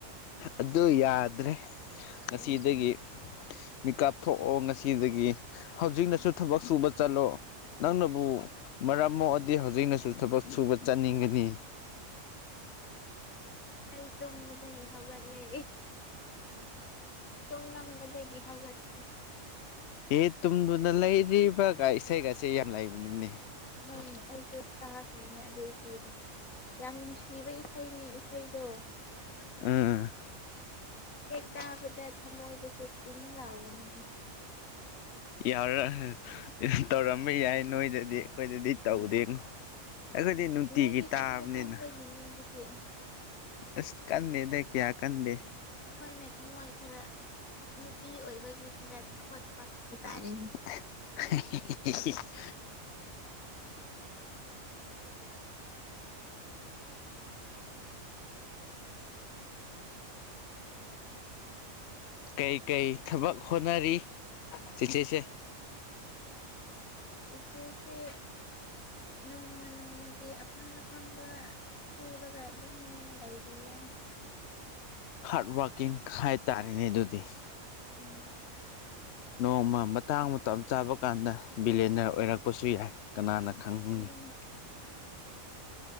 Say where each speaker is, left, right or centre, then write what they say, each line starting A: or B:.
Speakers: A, on the left; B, on the left.
A: ꯑꯗꯨ ꯌꯥꯗ꯭ꯔꯦ ꯉꯁꯤꯗꯒꯤ
B: ꯎꯝ
A: ꯃꯤꯀꯥꯞꯊꯣꯛ ꯑꯣ ꯉꯁꯤꯗꯒꯤ ꯍꯧꯖꯤꯛꯅꯁꯨ ꯊꯕꯛ ꯁꯨꯕ ꯆꯠꯂꯣ ꯅꯪꯅꯕꯨ ꯃꯔꯝ ꯃꯣꯛ ꯑꯗꯤ ꯍꯧꯖꯤꯛꯅꯁꯨ ꯊꯕꯛ ꯁꯨꯕ ꯆꯠꯅꯤꯡꯒꯅꯤ
B: ꯑꯩ ꯇꯨꯝꯕꯗꯒꯤ ꯍꯧꯒꯠꯂꯦ ꯇꯨꯝꯂꯝꯕ ꯑꯦꯒꯤ ꯍꯧꯒꯠꯈꯔ꯭ꯦ
A: ꯍꯦ ꯇꯨꯝꯗꯨꯅ ꯂꯩꯔꯤꯕ ꯒꯥꯏ ꯏꯁꯩꯒꯁꯦ ꯌꯥꯝ ꯂꯩꯕꯅꯤꯅꯦ
B: ꯍꯣꯏꯅꯦ ꯑꯩꯁꯨ ꯇꯥꯈ꯭ꯔꯦꯅ ꯑꯗꯨ ꯏꯁꯩꯗ ꯌꯥꯝꯅ ꯄꯤꯕ ꯏꯁꯩꯅꯦ ꯏꯁꯩꯗꯣ
A: ꯎꯝ
B: ꯍꯦꯛ ꯇꯥꯕꯗ ꯊꯃꯣꯏꯗꯁꯦ ꯄꯤꯡ ꯂꯥꯎꯕꯅꯤꯍ
A: ꯌꯥꯔ ꯇꯧꯔꯝꯕ ꯌꯥꯏ ꯅꯣꯏꯗꯗꯤ ꯑꯩꯈꯣꯏꯗꯗꯤ ꯇꯧꯗꯦꯉꯣ
B: ꯎꯝ
A: ꯑꯩꯈꯣꯏꯗꯤ ꯅꯨꯡꯇꯤꯒꯤ
B: ꯅꯣꯏꯗꯤ
A: ꯇꯥꯕꯅꯤꯅ
B: ꯊꯃꯣꯏ ꯀꯟꯕꯒꯤꯅꯦ ꯑꯗꯨꯗꯤ
A: ꯑꯁ ꯀꯟꯗꯦꯗ ꯀꯌꯥ ꯀꯟꯗꯦ
B: ꯑꯩꯈꯣꯏꯅ ꯊꯃꯣꯏ ꯈꯔ ꯅꯨꯄꯤ ꯑꯣꯏꯕꯒꯤ ꯈꯔ ꯊꯣꯠꯄ ꯍꯥꯏ ꯇꯥꯔꯦ
A: <inaudible> ꯀꯩ ꯀꯩ ꯊꯕꯛ ꯍꯣꯠꯅꯔꯤ ꯆꯦꯆꯦꯁꯦ
B: ꯏꯆꯦꯁꯤ ꯅꯣꯡꯃ ꯅꯣꯡꯃꯒꯤ ꯑꯐꯪ ꯑꯐꯪꯕ ꯁꯨꯔꯒ ꯑꯗꯨꯝ ꯂꯩꯔꯤꯌꯦ
A: ꯍꯥꯔꯠ ꯋꯥꯔꯀꯤꯡ ꯍꯥꯏꯇꯥꯔꯦꯅꯦ ꯑꯗꯨꯗꯤ
B: ꯎꯝ
A: ꯅꯣꯡꯃ ꯃꯇꯥꯡ ꯃꯇꯝ ꯆꯥꯕ ꯀꯥꯟꯗ ꯕꯤꯂꯦꯗꯔ ꯑꯣꯏꯔꯛꯄꯁꯨ ꯌꯥꯏ ꯀꯅꯥꯅ ꯈꯪꯅꯤ
B: ꯑꯗꯨꯅꯦ